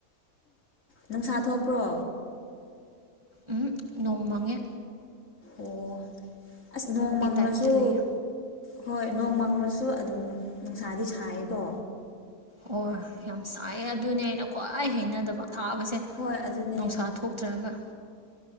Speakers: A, on the left; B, on the right.
A: ꯅꯨꯡꯁꯥ ꯊꯣꯛꯄ꯭ꯔꯣ
B: ꯎꯝ ꯅꯣꯡ ꯃꯥꯡꯉꯦ
A: ꯑꯣ ꯑꯁ ꯅꯣꯡꯃꯪꯒꯁꯨ
B: ꯇꯥꯏꯞꯇ ꯂꯩꯌꯦ
A: ꯍꯣꯏ ꯅꯣꯡ ꯃꯪꯉꯁꯨ ꯑꯗꯨꯝ ꯅꯨꯡꯁꯥꯗꯤ ꯁꯥꯏꯌꯦꯀꯣ
B: ꯍꯣꯏ ꯌꯥꯝ ꯁꯥꯏꯌꯦ ꯑꯗꯨꯅꯦ ꯑꯩꯅ ꯈ꯭ꯋꯥꯏ ꯍꯩꯅꯗꯕ ꯊꯥꯕꯁꯦ
A: ꯍꯣꯏ ꯑꯗꯨꯅꯦ
B: ꯅꯨꯡꯁꯥ ꯊꯣꯛꯇ꯭ꯔꯒ